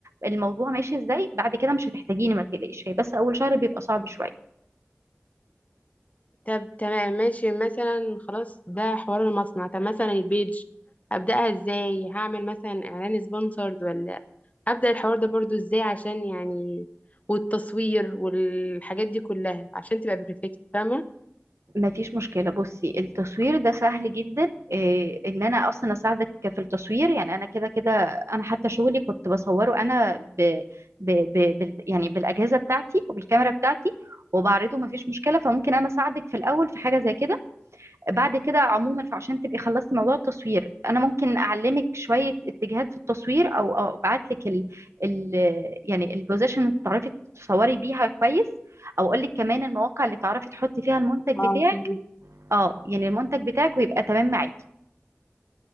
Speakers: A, on the right; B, on the left.
A: الموضوع ماشي ازاي بعد كده مش هتحتاجيني ما تقلقيش هي بس اول شهر بيبقى صعب شويه
B: طب تمام ماشي مثلا خلاص ده حوار المصنع طب مثلا البيج ابدأها ازاي هعمل مثلا اعلان سبونسرد ولا ابدأ الحوار ده برضو ازاي عشان يعني والتصوير والحاجات دي كلها عشان تبقى بيرفكت فاهمة
A: ما فيش مشكلة بصي التصوير ده سهل جدا إيه ان انا اصلا اساعدك في التصوير يعني انا كده كده انا حتى شغلي كنت بصوره انا ب ب ب بال يعني بالاجهزة بتاعتي وبالكاميرا بتاعتي وبعرضه ما فيش مشكلة فممكن انا اساعدك في الاول في حاجة زي كده بعد كده عموما فعشان تبقي خلصتي موضوع التصوير انا ممكن اعلمك شوية اتجاهات في التصوير او او ابعت لك ال ال يعني البوزيشن اللي تعرفي تصوري بيها كويس او اقول لك كمان المواقع اللي تعرفي تحطي فيها المنتج
B: اه
A: بتاعك
B: فهمت.
A: اه يعني المنتج بتاعك ويبقى تمام معاكي